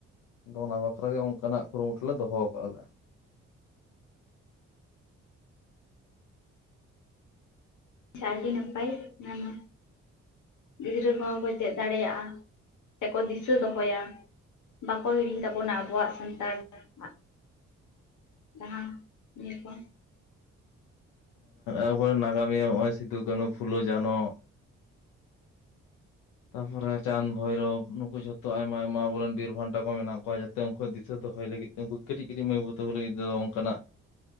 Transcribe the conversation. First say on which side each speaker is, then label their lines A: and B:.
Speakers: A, on the left; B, on the left.
A: ᱟᱫᱚ ᱚᱱᱟ ᱵᱟᱠᱷᱟᱨ ᱜᱮ ᱚᱱᱠᱟᱱᱟᱜ ᱠᱩᱨᱩᱢᱩᱴᱩ ᱞᱮ ᱫᱚᱦᱚ ᱠᱟᱜᱼᱟ ᱞᱮ
B: ᱟᱰᱤ ᱱᱟᱯᱟᱭ ᱱᱟ ᱱᱚᱼᱼ ᱜᱤᱫᱽᱨᱟᱹ ᱠᱚᱦᱚᱸ ᱠᱚ ᱪᱮᱫ ᱫᱟᱲᱮᱭᱟᱜᱼᱟ ᱥᱮᱠᱚ ᱫᱤᱥᱟᱹ ᱫᱚᱦᱚᱭᱟ᱾ ᱵᱟᱠᱚ ᱦᱤᱲᱤᱧ ᱛᱟᱵᱚᱱᱟ ᱟᱵᱚᱣᱟᱜ ᱥᱟᱱᱛᱟᱲ ᱟᱜᱼᱼ ᱡᱟᱦᱟᱸ ᱤᱭᱟᱹ ᱠᱚ,
A: ᱟᱵᱚ ᱨᱮᱱ ᱱᱟᱜᱟᱢᱤᱭᱟᱹ ᱱᱚᱜ-ᱚᱭ ᱥᱤᱫᱩ ᱠᱟᱱᱩ ᱯᱷᱩᱞᱳ ᱡᱷᱟᱱᱚ᱾ ᱛᱟᱯᱚᱨᱮ ᱪᱟᱸᱫ ᱵᱷᱳᱭᱨᱚᱵ ᱱᱩᱠᱩ ᱡᱷᱚᱛᱚ ᱟᱭᱢᱟ ᱟᱭᱢᱟ ᱟᱵᱚᱨᱮᱱ ᱵᱤᱨ ᱵᱷᱟᱱᱴᱟ ᱠᱚ ᱢᱮᱱᱟᱜ ᱠᱚᱣᱟ ᱡᱟᱛᱮ ᱩᱱᱠᱩᱣᱟᱜ ᱫᱤᱥᱟᱹ ᱫᱚᱦᱚᱭ ᱞᱟᱹᱜᱤᱫᱼᱼ ᱩᱱᱠᱩ ᱠᱟᱹᱴᱤᱡ ᱠᱟᱹᱴᱤᱡ ᱢᱟᱹᱭ ᱵᱟᱵᱩ ᱛᱟᱠᱚ ᱞᱟᱹᱜᱤᱫ ᱛᱮᱫᱚ ᱚᱱᱠᱟᱱᱟᱜ